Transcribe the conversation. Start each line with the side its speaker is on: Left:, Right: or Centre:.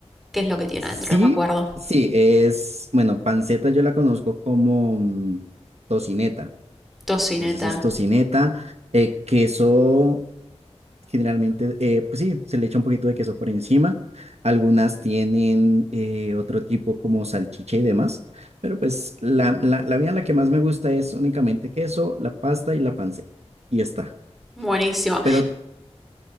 Centre: qué es lo que tiene
Right: Sí,
Centre: adentro, no me acuerdo.
Right: sí, es, bueno, panceta yo la conozco como mm, tocineta.
Centre: Tocineta,
Right: Entonces es tocineta, eh, queso generalmente, eh, pues sí, se le echa un poquito de queso por encima. Algunas tienen eh, otro tipo como salchicha y demás, pero pues la, la, la mía, la que más me gusta es únicamente queso, la pasta y la panceta. Y ya está.
Centre: buenísimo.
Right: Pero